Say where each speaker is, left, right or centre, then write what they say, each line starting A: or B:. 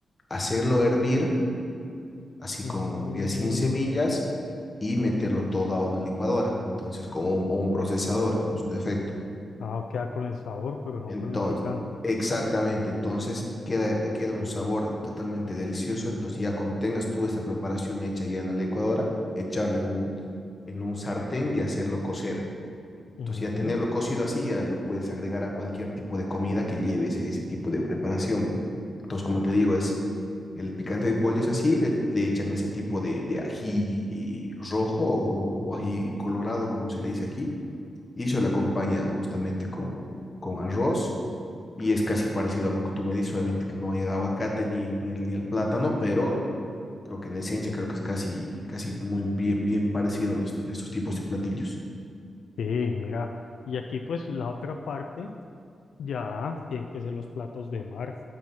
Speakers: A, on the left (about 30°); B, on the left (about 90°).
A: hacerlo hervir, así
B: mm.
A: con ya sin semillas, y meterlo todo a una licuadora, entonces como un- o un procesador en su defecto.
B: Ah, queda con el sabor, pero no
A: Entonces,
B: con el picante.
A: exactamente, entonces queda, queda un sabor totalmente delicioso. Entonces, ya cuando tengas tú esta preparación hecha ya en la licuadora, echarle en un, en un sartén y hacerlo cocer.
B: Ujú.
A: Entonces, ya tenerlo cocido así, ya lo puedes agregar a cualquier tipo de comida que lleve ese, ese tipo de preparación. Entonces, como te digo, es el picante de pollo es así, le, le echan ese tipo de, de ají y rojo o, o ají colorado, como se le dice aquí, y eso lo acompaña justamente con, con arroz y es casi parecido a lo que tú me dices, obviamente que no hay el aguacate ni, ni, ni el plátano, pero eh, creo que en esencia creo que es casi, casi muy bien, bien parecido a estos, estos tipos de platillos.
B: Sí, mira. Y aquí pues la otra parte ya tienen que ser los platos de mar.